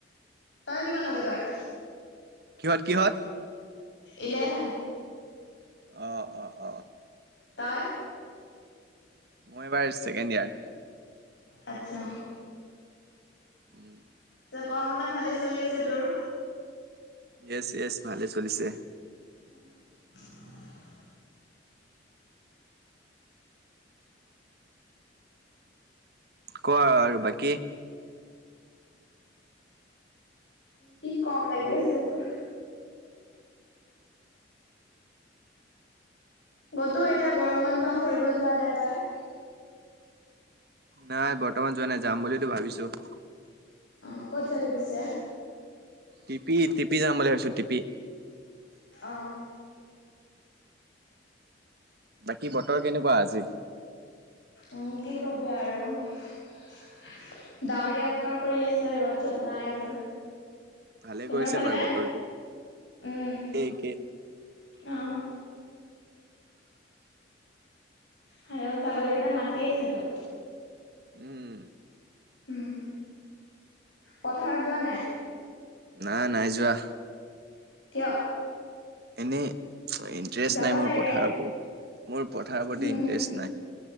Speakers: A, on the left; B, on the right.
A: তই কিমানত এইবাৰ?
B: কিহত কিহত?
A: ইলেভেন।
B: অঁ অ অ।
A: তই?
B: মই এইবাৰ ছেকেণ্ড ইয়াৰ।
A: আচ্ছা।
B: উম।
A: ত পঢ়া শুনা ভালেই চলি আছে তোৰ?
B: য়েছ য়েছ ভালে চলিছে।
A: <unintelligible>
B: ক আৰু বাকী?
A: কি কম লাগি আছে মোৰ। কতো এতিয়া গৰম বন্ধ ফুৰিব যোৱা নাই তই?
B: নাই বৰ্তমান যোৱা নাই যাম বুলিতো ভাবিছো।
A: অ ক'ত যাবি পিছে?
B: টপি টপি যাম বুলি ভাবিছো টিপি।
A: অঁ।
B: বাকী বতৰ কেনেকুৱা আজি?
A: উম কি কবি আৰু ডাৱৰীয়া বতৰ কৰি আছে ৰ'দ চদ নাই যে
B: ভালে
A: তহঁতৰ
B: কৰিছে
A: ফালে?
B: বাৰু বতৰটো।
A: উম
B: এ একে
A: অ আয়ো ছাগলীকেইটা মাতি আছে তোক?
B: উম।
A: উম পথাৰত যোৱা নাই?
B: নাই নাই যোৱা।
A: কিয়?
B: এনেই ইণ্টেৰেষ্ট
A: যাব
B: নাই মোৰ
A: লাগে।
B: পথাৰৰ ওপৰত মোৰ পথাৰৰ ওপৰত
A: উম,
B: ইণ্টেৰেষ্ট নাই।